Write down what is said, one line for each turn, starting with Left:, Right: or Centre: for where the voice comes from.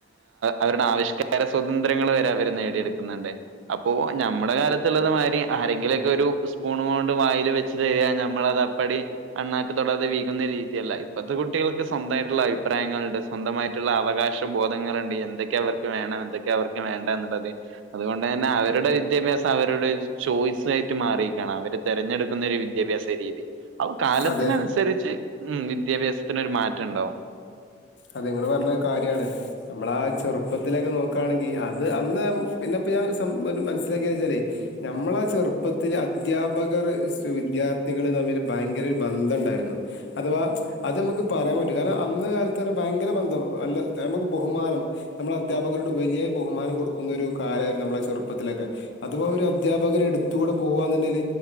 Right: അവരുടെ ആവിഷ്കാര സ്വാതന്ത്രയങ്ങൾ വരെ അവര് നേടിയെട്ക്ക്ന്ന്ണ്ട് അപ്പോ ഞമ്മടെ ക്കത്ത്ള്ളത് മായിരി ആരെങ്കിലെക്കെ ഒരു സ്പൂൺകൊണ്ട് വായിൽ വെച്ച്തര ഞമ്മളത് അപ്പടി അണ്ണാക്ക് തൊടാതെ വിഴുങ്ങുന്ന രീതിയല്ല ഇപ്പത്തെ കുട്ടികൾക്ക് സ്വന്തായിട്ട്ള്ള അഴിപ്രായങ്ങള്ണ്ട് സ്വന്തമായിട്ട്ള്ള അവകാശ ബോധ ഇങ്ങറണ്ടി എന്തൊക്കെ അവർക്ക് വേണം എന്തൊക്കെ അവർക്ക് വേണ്ട എന്നുള്ളത് അതുകൊണ്ട്ന്നെ അവരുടെ വിദ്യാഭ്യാസം അവരുടെ വ്ടൊരു ചോയ്സ്ആയിട്ട് മാറീക്കാണ് അവര് തെരഞ്ഞെടുക്കുന്ന ഒരു വിദ്യാഭ്യാസ രീതി അപ്പൊ കാലത്തിനനുസരിച്ച്
Left: അതെ.
Right: ഉം വിദ്യാഭ്യാസത്തിനൊരു മാറ്റംണ്ടാവും
Left: അതെ ഇങ്ങള് പറഞ്ഞത് കാര്യണ് അമ്മളാ ചെറുപ്പത്തിലൊക്കെ നോക്ക് ആണെങ്കിൽ അത് അന്ന് പിന്നെ ഇപ്പം ഞാൻ സം മനസ്സിലാക്കിച്ചാലേ നമ്മളെ ചെറുപ്പത്തിൽ അ അധ്യാപകർ സ് വിദ്യാർ തികൾ തമ്മില് ഭയങ്കര ഒരു ബന്ധണ്ടായിരുന്നു അഥവാ അത് നമക്ക് പറയാൻ പറ്റും കാരണം അന്ന് കാല ത്തറെ ഭയങ്കര ബന്ധം അല്ല അമ്മക്ക് ബഹുമാനം നമ്മുടെ അധ്യാപകരോട് വലിയ ബഹുമാനം കൊടുക്കുന്നൊരു കാ അതായത് നമ്മളെ ചെറുപ്പത്തിെലെക്കെ അഥവാ ഒര് അധ്യാപകര് എടുത്തൂടെ പോവാന്ന്ണ്ടെൽ